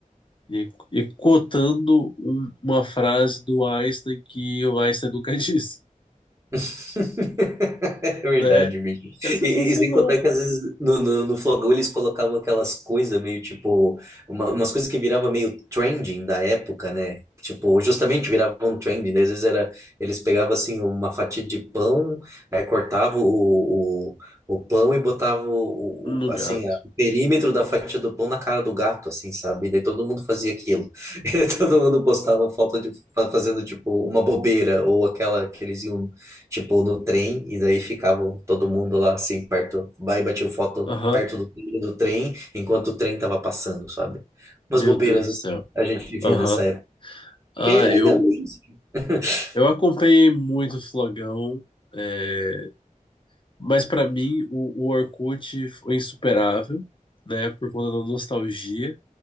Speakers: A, on the left (about 35°); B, on the right (about 20°).
A: e, e cotando um- uma frase do Einstein que o Einstein nunca <laughs> disse,
B: <laughs> É verdade,
A: né?
B: bicho.
A: Que é sensacional.
B: E, e sem contar que às vezes no, no, no Flogão eles colocavam aquelas coisas meio tipo, uma- umas coisas que virava meio trending da época, né? Tipo, justamente viravam trending, né? Às vezes era, eles pegavam assim uma fatia de pão, aí cortavam o, o, o pão e botavam o,
A: No
B: o- assim,
A: gato.
B: a- o perímetro da fatia do pão na cara do gato, assim, sabe? E daí todo mundo fazia aquilo. <laughs> E todo mundo postava foto de fa- fazendo tipo uma bobeira ou aquela que eles iam tipo, no trem, e daí ficavam todo mundo lá, assim, perto, aí batiam foto
A: Aham.
B: perto do trilho do trem, enquanto o trem tava passando, sabe? Umas
A: Meu
B: bobeiras,
A: Deus do céu.
B: assim, a gente vivia
A: Aham.
B: nessa época. Porque
A: Ah,
B: ainda
A: eu,
B: hoje. <laughs>
A: eu acompanhei muito o Flogão, é, mas para mim o, o Orkut foi insuperável, né, por conta da nostalgia